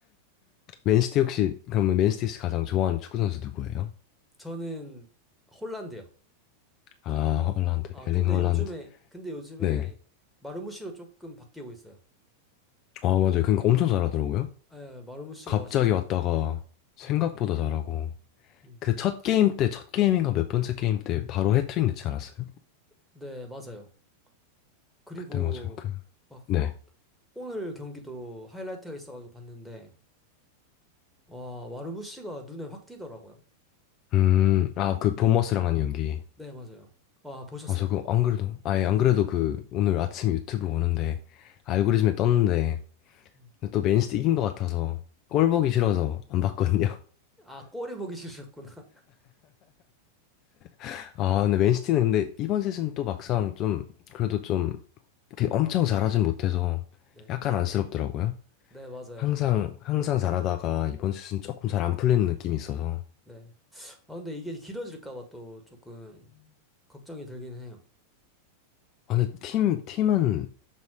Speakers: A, on the left; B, in the centre.
A: 맨시티 혹시 그러면 맨시티에서 가장 좋아하는 축구 선수 누구예요?
B: 저는 홀란드요.
A: 아, 헐란드.
B: 아, 근데
A: 엘링 헐란드.
B: 요즘에, 근데 요즘에
A: 네.
B: 마르무시로 조금 바뀌고 있어요.
A: 아, 맞아요. 그러니까 엄청 잘하더라고요.
B: 예, 마르무시가
A: 갑자기
B: 진짜,
A: 왔다가 생각보다
B: 음,
A: 잘하고
B: 음.
A: 그 첫 게임 때 첫 게임인가 몇 번째 게임 때 바로 해트릭 넣지 않았어요?
B: 네, 맞아요. 그리고
A: 그때 뭐죠? 그,
B: 막
A: 네.
B: 오늘 경기도 하이라이트가 있어가지고 봤는데 와 마르부시가 눈에 확 띄더라고요.
A: 음, 아, 그 본머스랑 한 연기.
B: 네 맞아요. 와 보셨어요?
A: 아, 저 그, 안 그래도, 아예 안 그래도 그, 오늘 아침 유튜브 오는데, 알고리즘에 떴는데,
B: 음.
A: 근데 또 맨시티 이긴 것 같아서, 꼴 보기 싫어서 안 봤거든요.
B: 아 꼬리 보기 싫으셨구나. <laughs>
A: <laughs> 아, 근데 맨시티는 근데 이번 시즌 또 막상 좀, 그래도 좀, 이렇게 엄청 잘하진 못해서,
B: 네,
A: 약간 안쓰럽더라고요.
B: 네 맞아요.
A: 항상, 항상 잘하다가, 이번 시즌 조금 잘 안 풀리는 느낌이 있어서.
B: 네. 아 근데 이게 길어질까 봐 또 조금 걱정이 들긴 해요.
A: 아, 근데 팀, 팀은